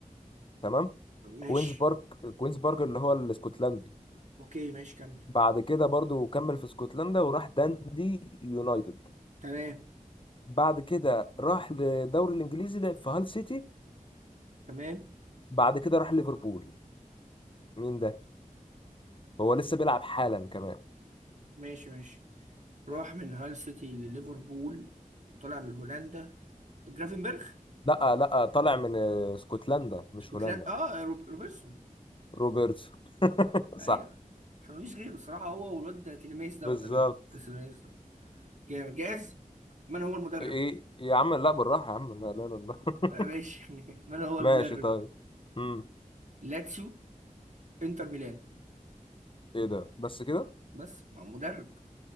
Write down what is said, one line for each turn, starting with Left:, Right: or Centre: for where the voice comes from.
Left: تمام
Right: ماشي
Left: كوينز بارك كوينز بارك اللي هو الاسكتلندي
Right: اوكي ماشي كمل
Left: بعد كده برضو كمل في اسكتلندا وراح داندي يونايتد
Right: تمام
Left: بعد كده راح للدوري الانجليزي لعب في هال سيتي
Right: تمام
Left: بعد كده راح ليفربول مين ده هو لسه بيلعب حالا كمان
Right: ماشي ماشي راح من هال سيتي لليفربول وطلع من هولندا جرافنبرخ
Left: لا لا طالع من آه، اسكتلندا مش
Right: اسكتلندا
Left: هولندا
Right: اه روب... روبرتسون
Left: روبرتسون <laughs>
Right: ايوه
Left: صح
Right: عشان مفيش غيره الصراحه هو والواد ده تيليميز دوت
Left: بالظبط
Right: ولا تيليميز ده جامد جاهز من هو المدرب
Left: ايه يا عم لا بالراحة يا عم لا لا لا بالراحة.
Right: آه ماشي
Left: <laughs>
Right: <laughs> من هو المدرب
Left: ماشي طيب امم
Right: لاتسيو انتر ميلان
Left: ايه ده بس كده
Right: بس مع مدرب